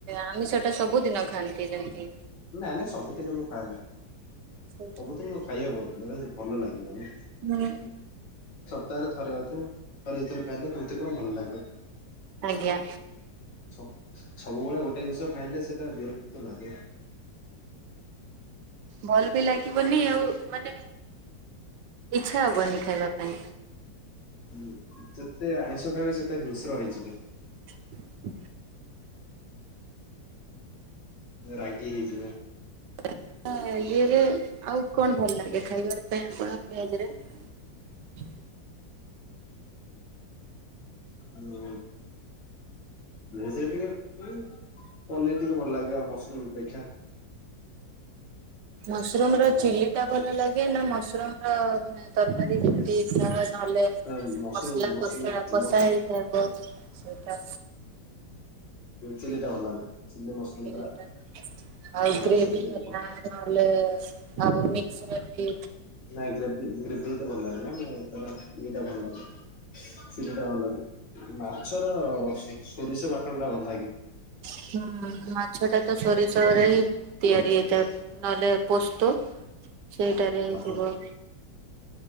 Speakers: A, on the right; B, on the left.
A: ଆମିଷଟା ସବୁଦିନ ଖାଆନ୍ତି ଯେମତି
B: ନାଁ ନାଁ ସବୁଦିନ ମୁଁ ଖାଏ ନାଁ
A: ସେଇଟା।
B: ସବୁଦିନ କଣ ଖାଇହେବ କି ଭଲ ଲାଗିବନି।
A: ହୁଁ।
B: ସପ୍ତାହ ରେ ଥରେ ଅଧେ ଥରେ ଦିଥର ଖାଇଲେ କେମିତି କଣ ଭଲ ଲାଗେ।
A: ଆଜ୍ଞା।
B: ସବ ସବୁବେଳେ ଗୋଟେ ଜିନିଷ ଖାଇଲେ ସେଟା ବିରକ୍ତ ଲାଗେ।
A: ଭଲ ବି ଲାଗିବନି ଆଉ ମାନେ ଇଚ୍ଛା ହବନି ଖାଇବା ପାଇଁ।
B: ହୁଁ ଯେତେ ଆଇଁଷ ଖାଇବେ ସେତେ ହିଂସ୍ର ହେଇଯିବେ।
A: <unintelligible>
B: ରାଗି ହେଇଯିବେ
A: <inaudible> ଇଏରେ ଆଉ କଣ ଭଲ ଲାଗେ ଖାଇବା ପାଇଁ ଆପଣ ଭେଜରେ <inaudible>
B: ହୁଁ ଭେଜ୍ ଟିକେ ପୁଣି ପନିର ଟିକେ ଭଲ ଲାଗେ ଆଉ ମସରୁମ ଅପେକ୍ଷା
A: ମସରୁମୁର
B: ହୁଁ
A: ଚିଲି ଟା ଭଲ ଲାଗେ ଗେ ନା ମସୁରୁମ୍ ତରକାରୀ ଯେମତି ଫ୍ରା ନହେଲେ
B: ମସରୁମ
A: ମସଲା
B: ମସରୁମ
A: କଷା କଷା
B: ମସ
A: ହେଇଥିବ ସେଇଟା।
B: ଚିଲିଟା ଭଲ ଲାଗେ। ଚିଲି ମସରୁମ
A: ଚିଲିଟା
B: ଟା
A: ବେଷ୍ଟ ଆଉ
B: ହଁ
A: ଗ୍ରେଭିବଲା
B: ସେଇଟା ଟିକେ ଭଲ
A: ନ ଆଉ ମି ସରି
B: ନାଇଁ ଗ୍ରେଭି ଗ୍ରେଭି ଏତେ ଭଲ ଲାଗେ ନା ଏଇ କର। ଚିଲି ଟା ଭଲ ଲାଗେ। ଚିଲି ଟା ଭଲ ଲାଗେ। ମାଛର ରସ ସୋରିଷ ବା ଟଣ ଟା ଭଲ ଲାଗେ।
A: ହୁଁ ମାଛ ଟା ତ ସୋରିଷରରେ ହିଁ ତିଆରି ହେଇଥାଏ, ନହେଲେ ପୋସ୍ତ ସେଇଟାରେ ହେଇଥିବ।
B: ହଁ।